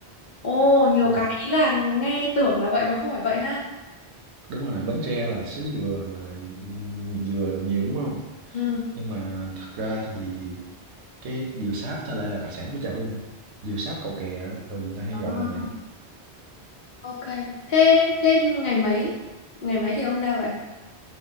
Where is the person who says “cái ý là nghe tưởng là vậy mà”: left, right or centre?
Left